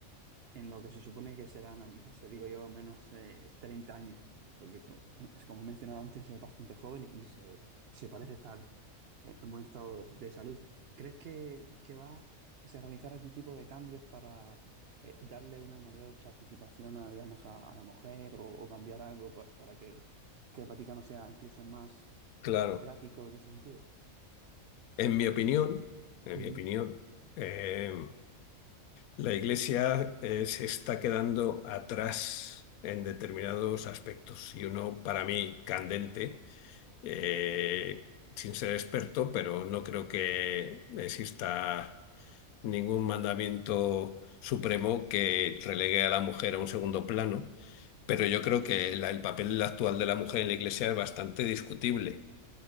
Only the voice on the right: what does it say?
en lo que se supone que serán, no sé, digo yo, al menos eh, 30 años. Porque, co- eh, es como he mencionado antes, es bastante joven y se, se parece estar eh, en buen estado de salud. ¿Crees que, que va a realizar algún tipo de cambios para eh, darle una mayor participación a, digamos, a, a la mujer o, o cambiar algo pa- para que, que el Vaticano sea incluso más
democrático en ese sentido?
Ujú,